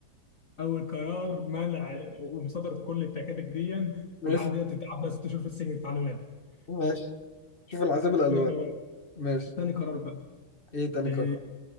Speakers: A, on the left; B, on the left.
A: أول قرار منع ومصادرة كل التكاتك دي
B: ماشي
A: والعيال دي تتعب لها ست شهور في السجن تتعلم لها <laughs>
B: ماشي شوف العذاب الألوان
A: تاني قرار
B: ماشي
A: تاني قرار بقى
B: إيه تاني
A: إيه،
B: قرار